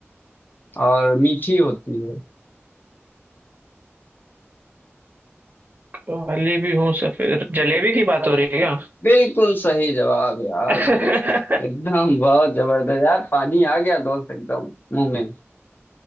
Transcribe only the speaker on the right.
काली भी हूँ सफेद जलेबी की बात हो रही है क्या
<laughs>